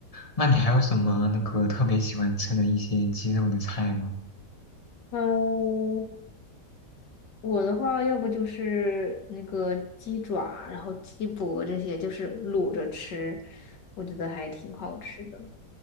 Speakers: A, on the left; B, on the left.
A: 那你还有什么那个特别喜欢吃的一些鸡肉的菜吗？
B: 嗯，我的话，要不就是那个鸡爪，然后鸡脖这些，就是卤着吃，我觉得还挺好吃的。